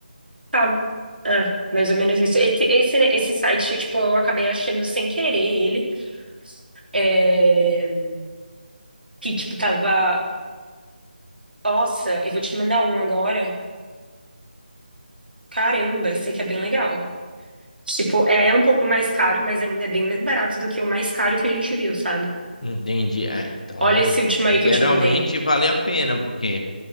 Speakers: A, on the right; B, on the left.
A: Tá. É, mais ou menos isso. Esse, esse, né, esse site, tipo, eu acabei achando sem querer ele. é, que, tipo, tava. Nossa, eu vou te mandar um agora. Caramba, esse aqui é bem legal. Tipo, é é um pouco mais caro, mas ainda é bem mais barato do que o mais caro que a gente viu, sabe?
B: Entendi. É, então
A: Olha
B: é-
A: esse último aí
B: geralmente
A: que eu te mandei.
B: vale a pena, porque